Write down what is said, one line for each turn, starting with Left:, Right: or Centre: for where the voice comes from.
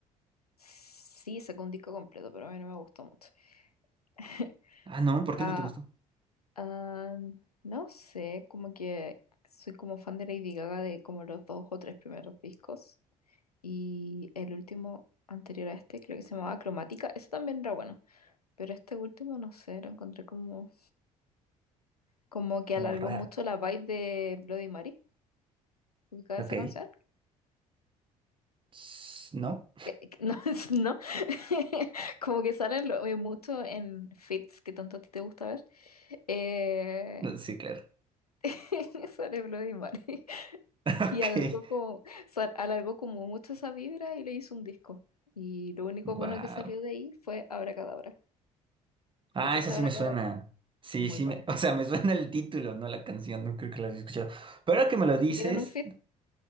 Left: Sí, sacó un disco completo, pero a mí no me gustó mucho. <laughs>
Right: Ah, no, ¿por
Left: Ah,
Right: qué no te gustó?
Left: ah, no sé, como que soy como fan de Lady Gaga de como los dos o tres primeros discos. Y el último anterior a este, creo que se llamaba Cromática, eso también era bueno. Pero este último, no sé, lo encontré como, como que
Right: Como
Left: alargó
Right: raro.
Left: mucho la vibe de Bloody Mary. ¿Ubicada
Right: Ok.
Left: esa canción?
Right: Tss, ¿No?
Left: que- que- <laughs> No, es- no. <laughs> Como que salen lo- eh, mucho en feeds que tanto a ti te gusta ver. Eh,
Right: <laughs> Sí, claro.
Left: <laughs> sale Bloody Mary.
Right: <laughs>
Left: Y alargó
Right: Ok.
Left: como, sa- alargó como mucho esa vibra y le hizo un disco. Y lo único
Right: Wow.
Left: bueno que salió de ahí fue Abracadabra.
Right: Ah,
Left: ¿Escuchaste
Right: esa sí
Left: Abracadabra?
Right: me suena. Sí,
Left: Muy
Right: sí,
Left: buena.
Right: me- <laughs> o sea, me suena el título, no la canción, no creo que la haya escuchado. Pero ahora que me lo
Left: Ni
Right: dices,
Left: siquiera en un feed.